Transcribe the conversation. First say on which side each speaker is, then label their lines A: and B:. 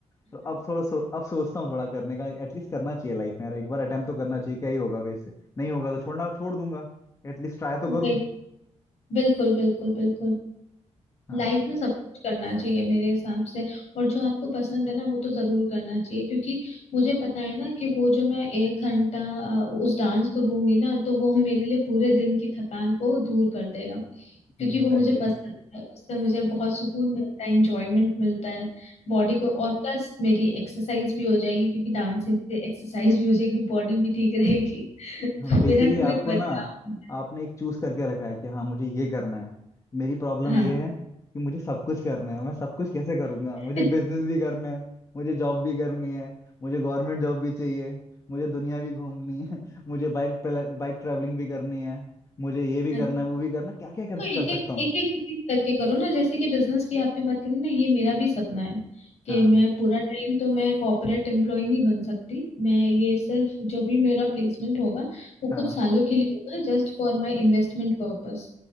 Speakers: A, on the left; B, on the left.
A: तो अब थोड़ा सो, अब सोचता हूँ थोड़ा करने का एटलीस्ट करना चाहिए लाइफ में यार एक बार अटेम्प्ट तो करना चाहिए क्या ही होगा वैसे नहीं होगा तो छोड़ना छोड़ दूंगा एटलीस्ट
B: <laughs>
A: ट्राई तो
B: वही
A: करूँ
B: बिल्कुल बिल्कुल बिल्कुल
A: हाँ
B: लाइफ में सब कुछ करना चाहिए मेरे हिसाब से और जो आपको पसंद है ना वो तो जरूर करना चाहिए क्योंकि मुझे पता है ना कि वो जो मैं एक घंटा अ, उस डांस को दूंगी ना तो वो मेरे लिए पूरे दिन की थकान को दूर कर देगा क्योंकि
A: हाँ एग्जैक्टली
B: वो मुझे पसंद है उससे मुझे
A: <laughs>
B: बहुत सुकून मिलता है इंजॉयमेंट मिलता है बॉडी को और प्लस मेरी एक्सरसाइज भी हो जाएगी क्योंकि डांसिंग से एक्सरसाइज भी हो जाएगी बॉडी भी ठीक रहेगी <laughs> तो
A: बेसिकली
B: मेरा टू
A: आपको
B: इन वन काम
A: ना
B: है।
A: आपने एक चूज करके रखा है कि हाँ मुझे ये करना है मेरी प्रॉब्लम
B: हाँ
A: ये है कि मुझे सब कुछ करना है मैं सब कुछ कैसे करूंगा मुझे
B: <laughs>
A: बिजनेस भी करना है मुझे जॉब भी करनी है मुझे गवर्नमेंट जॉब भी चाहिए मुझे दुनिया भी घूमनी है <laughs> मुझे बाइक बाइक ट्रैवलिंग भी करनी है मुझे ये
B: अच्छा
A: भी करना है वो भी करना है। क्या क्या कर,
B: तो
A: कर
B: एक एक
A: सकता हूँ
B: एक एक एक एक करके करो ना जैसे कि बिजनेस की आपने बात करी ना ये मेरा भी सपना है कि
A: हाँ
B: मैं पूरा टाइम तो मैं कॉर्पोरेट एम्प्लॉय नहीं बन सकती मैं ये सिर्फ जो भी मेरा प्लेसमेंट होगा वो
A: हाँ
B: कुछ सालों के लिए होगा just for my investment purpose